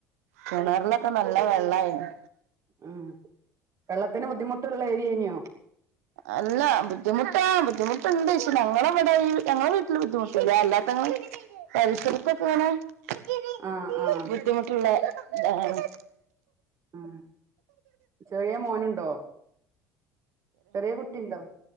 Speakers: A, on the right; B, on the right.
A: കിണറിലൊക്കെ നല്ല വെള്ളയിരുന്നു.
B: ഉം വെള്ളത്തിന് ബുദ്ധിമുട്ടുള്ള ഏരിയേനോ?
A: അല്ല ബുദ്ധിമുട്ടാ ബുദ്ധിമുട്ടുണ്ട് ഞങ്ങളെ ഇവിടെ ഈ ഞങ്ങളടെ വീട്ടില് ബുദ്ധിമുട്ടില്ല. അല്ലാത്തങ്ങള് <unintelligible>
B: ആഹ് ആഹ്
A: ബുദ്ധിമുട്ട് ഉള്ളേ അഹ്
B: ഉം ചെറിയ മോനുണ്ടോ? ചെറിയ കുട്ടിയുണ്ടോ?